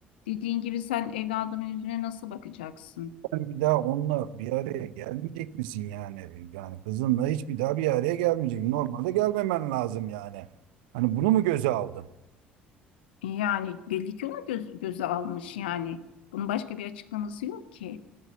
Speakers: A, on the left; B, on the right.
A: Dediğin gibi sen evladının yüzüne nasıl bakacaksın?
B: Sen bir daha onunla bir araya gelmeyecek misin yani? Yani kızınla hiç bir daha bir araya gelmeyecek. Normalde gelmemen lazım yani. Hani bunu mu göze aldım?
A: Yani belli ki onu göz, göze almış yani. Bunun başka bir açıklaması yok ki.